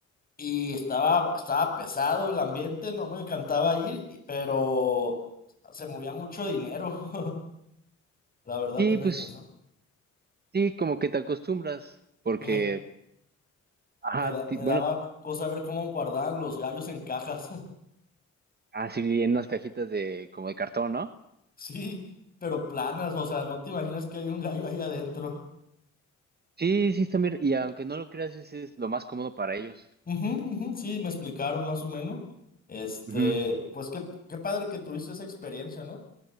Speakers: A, on the left; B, on the right.
A: y estaba, estaba pesado el ambiente, no me encantaba ir, y- pero se movía mucho dinero, <laughs> la verdad,
B: Sí,
A: tenés
B: pues
A: razón.
B: sí, como que te acostumbras, porque,
A: Y me,
B: ajá,
A: me, da-
B: ti-
A: me
B: bueno,
A: daba cosa ver cómo guardaban los gallos en cajas, <laughs>
B: así en unas cajitas de como de cartón, ¿no?
A: sí, pero planas, o sea, no te imaginas que hay un gallo ahí adentro.
B: Sí, sí, también, y aunque no lo creas, ese es lo más cómodo para ellos.
A: Ujú, ujú, sí, me explicaron más o menos. Este,
B: Ujú.
A: pues qué, qué padre que tuviste esa experiencia, ¿no?